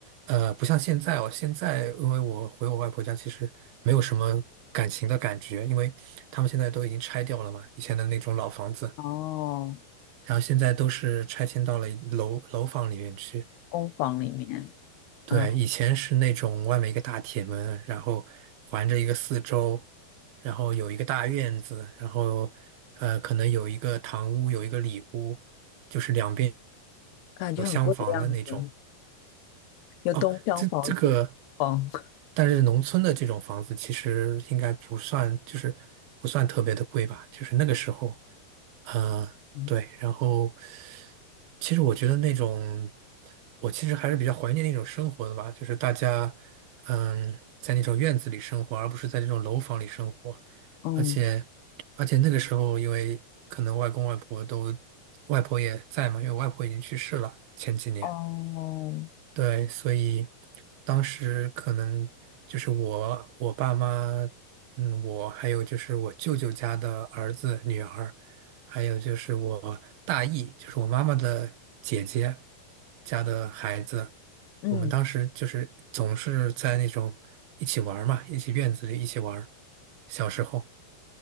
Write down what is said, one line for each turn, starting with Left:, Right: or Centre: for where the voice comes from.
Right: 呃，不像现在哦，现在因为我回我外婆家，其实没有什么感情的感觉，因为他们现在都已经拆掉了嘛，以前的那种老房子，
Left: 哦，
Right: 然后现在都是拆迁到了楼楼房里面去。
Left: 工坊里面。
Right: 对，
Left: 嗯，
Right: 以前是那种外面一个大铁门，然后环着一个四周，然后有一个大院子，然后呃，可能有一个堂屋，有一个里屋，就是两边
Left: 感觉很贵的样子，
Right: 有厢房的那种。
Left: 有东厢房、
Right: 哦，这这个，
Left: 西房。
Right: 但是农村的这种房子其实应该不算，就是不算特别的贵吧，就是那个时候，嗯，
Left: 嗯，
Right: 对，然后其实我觉得那种，我其实还是比较怀念那种生活的吧，就是大家，嗯，在那种院子里生活，而不是在这种楼房里生活，
Left: 嗯，
Right: 而且而且那个时候，因为可能外公外婆都，外婆也在嘛，因为我外婆已经去世了前几年。
Left: 哦，
Right: 对，所以当时可能就是我、我爸妈，嗯，我还有就是我舅舅家的儿子、女儿，还有就是我大姨，就是我妈妈的姐姐家的孩子，
Left: 嗯，
Right: 我们当时就是总是在那种一起玩儿嘛，一起院子里一起玩儿小时候，